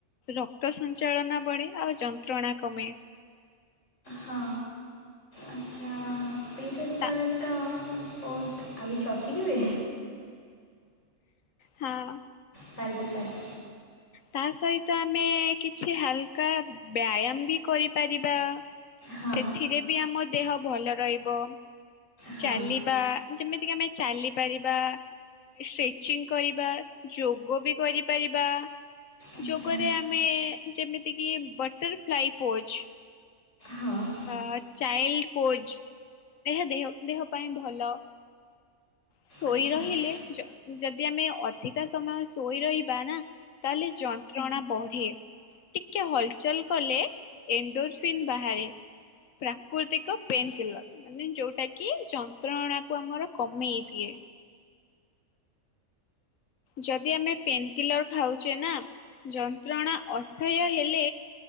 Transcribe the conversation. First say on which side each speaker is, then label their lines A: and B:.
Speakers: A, on the left (about 85°); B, on the left (about 65°).
A: ରକ୍ତ ସଞ୍ଚାଳନା ବଢ଼େ ଆଉ ଯନ୍ତ୍ରଣା କମେ।
B: ହଁ ଆଚ୍ଛା ପିରିୟଡ଼ ବେଳେ
A: ତା
B: ତ ବହୁତ ଆଉ କିଛି ଅଛି କିବେ?
A: ହଁ।
B: ସାରି ଦେ ସାରି
A: ତା ସହିତ ଆମେ କିଛି ହାଲକା ବ୍ୟାୟାମ୍ ବି କରିପାରିବା।
B: ହଁ
A: ସେଥିରେ ବି ଆମ ଦେହ ଭଲ ରହିବ
B: ହଁ।
A: ଚାଲିବା। ଯେମିତିକି ଆମେ ଚାଲିପାରିବା। ଷ୍ଟ୍ରେଚିଂ କରିବା ଯୋଗ ବି କରିପାରିବା।
B: ଆଚ୍ଛା।
A: ଯୋଗରେ ଆମେ ଯେମିତି କିି ବଟରଫ୍ଲାଇ ପୋଚ୍
B: ହଁ।
A: ଅ ଚାଇଲ୍ଡ ପୋଜ୍ ଏହା ଦେହ ଦେହ ପାଇଁ ଭଲ। ଶୋଇ
B: ଆଚ୍ଛା
A: ରହିଲେ
B: ହୁଁ
A: ଯ ଯଦି ଆମେ ଅଧିକା ସମୟ ଶୋଇରହିବା ନା ତାହେଲେ ଯନ୍ତ୍ରଣା ବଢ଼େ। ଟିକେ ହଲ୍ ଚଲ୍ କଲେ ଏନ୍ ଡୋରଫିନ୍ ବାହାରେ। ପ୍ରାକୃତିକ ପେନ୍ କିଲର ମାନେ ଯୋଉଟା କି ଯନ୍ତ୍ରଣା କୁ ଆମର କମେଇ ଦିଏ। ଯଦି ଆମେ ପେନ୍ କିଲର ଖାଉଛେ ନା ଯନ୍ତ୍ରଣା ଅସହ୍ୟ ହେଲେ